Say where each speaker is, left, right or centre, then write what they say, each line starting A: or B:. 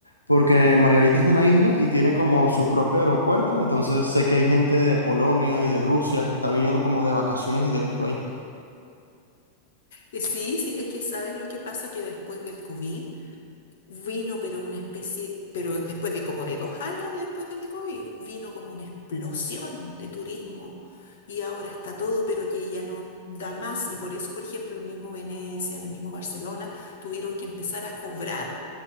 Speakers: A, on the left; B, on the left.
A: porque Margarita es una isla y tiene como su propio aeropuerto. Entonces sé que hay gente de Polonia y de Rusia que está viniendo como de vacaciones y directo ahí.
B: Eh, Sí, sí, es que sabes lo que pasa que después del COVID Vino, pero una especie, pero después de como de dos años después del COVID, vino como una explosión de turismo. Y ahora está todo, pero que ya no da más. Y por eso, por ejemplo, el mismo Venecia, el mismo Barcelona, tuvieron que empezar a cobrar